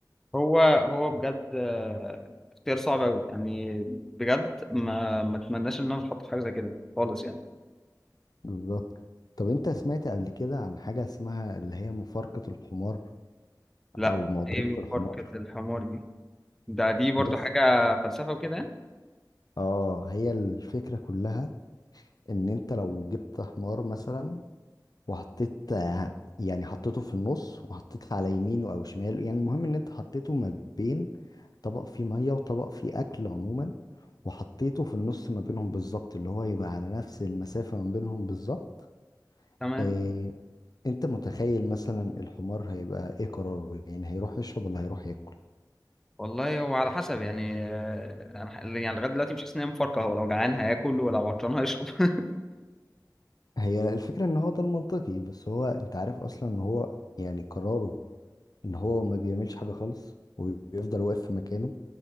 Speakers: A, in the centre; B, on the left.
A: هو هو بجد آه، اختيار صعب قوي يعني بجد ما ما اتمناش ان انا اتحط في حاجه زي كده خالص يعني
B: بالظبط طب انت سمعت قبل كده عن حاجه اسمها اللي هي مفارقه الحمار
A: لا
B: او معضله
A: ايه مفارقه
B: الحمار
A: الحمار دي ده دي برضو
B: بص
A: حاجه فلسفه وكده يعني؟
B: اه هي الفكره كلها ان انت لو جبت حمار مثلا وحطيت آه، يعني حطيته في النص وحطيت على يمينه او شماله يعني المهم ان انت حطيته ما بين طبق فيه ميه وطبق فيه اكل عموما وحطيته في النص ما بينهم بالظبط اللي هو يبقى على نفس المسافه ما بينهم بالظبط
A: تمام
B: إيه انت متخيل مثلا الحمار هيبقى ايه قراره يعني هيروح يشرب ولا هيروح ياكل
A: والله هو على حسب يعني آه، انا ح- يعني لغايه دلوقتي مش حاسس ان هي مفارقه هو لو جعان هياكل ولو عطشان هيشرب <laughs>
B: هي الفكرة ان هو ده المنطقي بس هو انت عارف اصلا ان هو يعني قراره ان هو ما بيعملش حاجة خالص وبيفضل واقف في مكانه